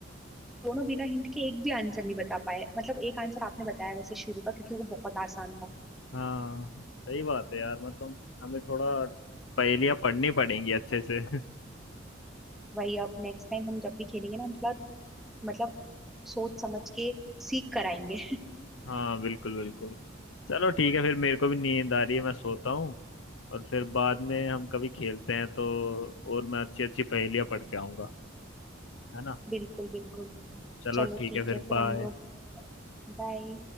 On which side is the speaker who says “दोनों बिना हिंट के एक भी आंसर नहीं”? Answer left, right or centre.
Centre